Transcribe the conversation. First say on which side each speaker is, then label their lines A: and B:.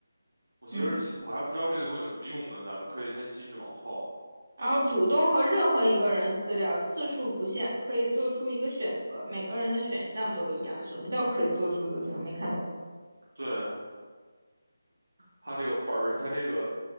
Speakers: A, on the right (about 80°); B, on the right (about 55°).
A: 我其实我还不知道这个东西有什么用呢，
B: 嗯，
A: 咱们可以先继续往后。
B: 然后主动和任何一个人私聊，次数不限，可以做出一个选择。每个人的选项都一样。什么叫可以做出一个选项？没看懂。
A: 对，他这个本儿，他这个